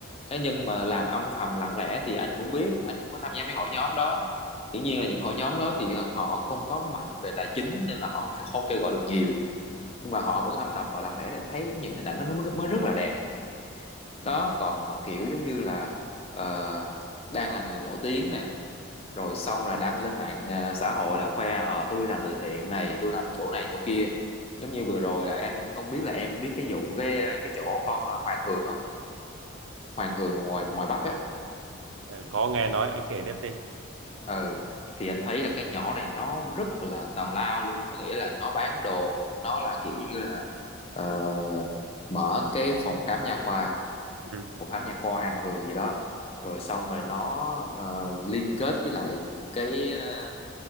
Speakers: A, on the left; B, on the right.
A: cá nhân mà làm âm thầm lặng lẽ thì anh cũng biết anh cũng có tham gia mấy hội nhóm đó dĩ nhiên là những hội nhóm đó thì họ không có mạnh về tài chính nên là họ không không kêu gọi được nhiều nhưng mà họ vẫn âm thầm họ lặng lẽ để anh thấy những hình ảnh đó nó mới mới rất là đẹp đó còn mà kiểu giống như là ờ, đang là người nổi tiếng nè rồi xong là đăng lên mạng à, xã hội là khoe ờ tôi làm từ thiện này tôi làm chỗ này chỗ kia giống như vừa rồi là em không biết là em biết cái vụ cái cái chỗ con à, Hoàng Hường không Hoàng Hường ngoài ngoài Bắc á
B: à, có nghe nói anh kể tiếp đi
A: ừ thì anh thấy là cái nhỏ này nó rất là tào lao luôn có nghĩa là nó bán đồ nó là kiểu như là ờ, mở cái phòng khám nha khoa
B: ừ.
A: phòng khám nha khoa Hoàng Hường gì đó rồi xong rồi nó ờ, liên kết với lại những cái à,